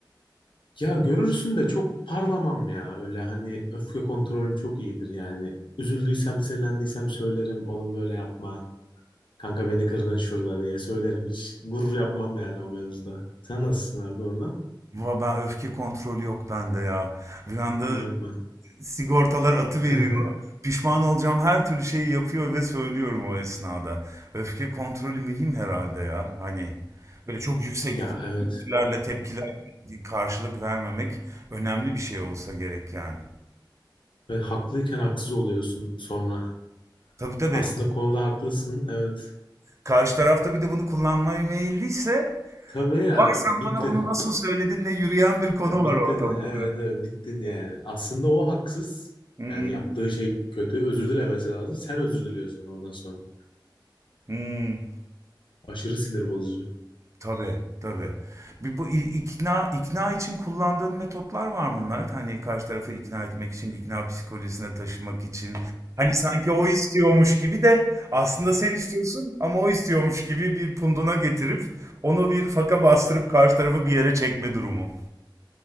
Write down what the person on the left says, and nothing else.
Ya görürsün de çok parlamam ya. Öyle hani öfke kontrolüm çok iyidir yani. Üzüldüysem, sinirlendiysem söylerim. Oğlum böyle yapma. Kanka beni kırdın şurada diye söylerim. Hiç gurur yapmam yani o mevzuda. Sen nasılsın abi orada?
Ne yapma.
Hı hı.
Ya evet.
Ve haklıyken haksız oluyorsun sonra.
Aslında konuda haklısın. Evet.
Tabii ya
bittin.
Bittin.
Evet, evet bittin yani. Aslında o haksız.
Yani yaptığı şey kötü. Özür dilemesi lazım. Sen özür diliyorsun ondan sonra.
Aşırı sinir bozucu.